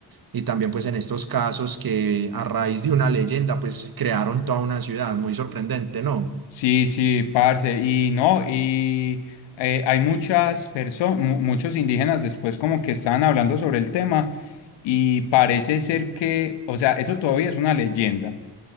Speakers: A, on the right; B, on the left.
A: y también pues en estos casos que a raíz de una leyenda pues crearon toda una ciudad, muy sorprendente, ¿no?
B: Sí, sí, parce, y no, y eh, hay muchas personas, muchos indígenas después como que estaban hablando sobre el tema y parece ser que, o sea, eso todavía es una leyenda,